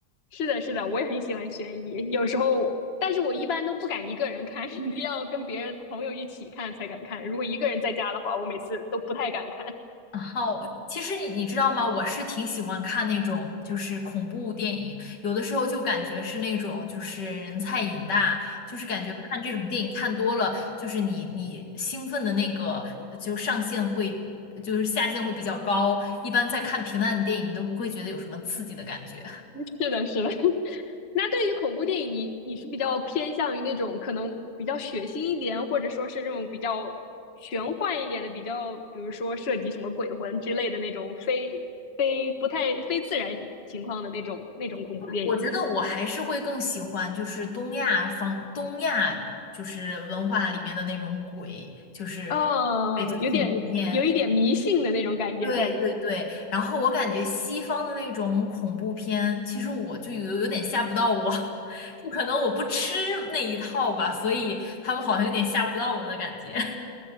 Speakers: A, on the left; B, on the left.
A: 是的，是的，我也很喜欢悬疑，有时候，但是我一般都不敢一个人看，<laughs> 一定要跟别人朋友一起看才敢看。如果一个人在家的话，我每次都不太敢看。
B: 然后，其实你你知道吗？我是挺喜欢看那种就是恐怖电影，有的时候就感觉是那种就是人菜瘾大，就是感觉看这种电影看多了，就是你你兴奋的那个就上限会就是下限会比较高，一般在看平淡的电影都不会觉得有什么刺激的感觉。
A: <laughs> 是的，是的。<laughs> 那对于恐怖电影，你你是比较偏向于那种可能比较血腥一点，或者说是这种比较玄幻一点的，比较比如说涉及什么鬼魂之类的那种非非不太非自然情况的那种那种恐怖电影，
B: 我觉得我还是会更喜欢，就是东亚方东亚就是文化里面的那种鬼，就是
A: 啊，
B: 对，就是恐怖片，
A: 有点有一点迷信的那种感觉在里面。
B: 对对对。然后我感觉西方的那种恐怖片，其实我就有有点吓不到我，<laughs> 就可能我不吃那一套吧，所以他们好像有点吓不到我的感觉。